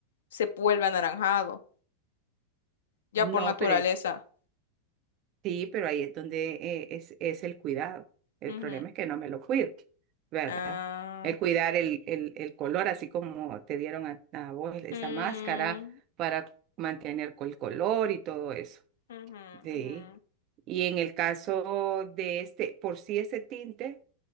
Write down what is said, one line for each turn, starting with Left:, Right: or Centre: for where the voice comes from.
Left: se vuelve anaranjado, ya
Right: no,
Left: por naturaleza.
Right: pero es- sí, pero ahí es donde eh, es, es el cuidado. El
Left: Ujú.
Right: problema es que no me lo cuido, ¿verdad?
Left: Ah,
Right: el cuidar el, el, el color, así como te dieron a, a vos esa
Left: mm,
Right: máscara para mantener co- el color y todo eso.
Left: ujú,
Right: Sí.
Left: ujú.
Right: Y en el caso de este, por sí ese tinte,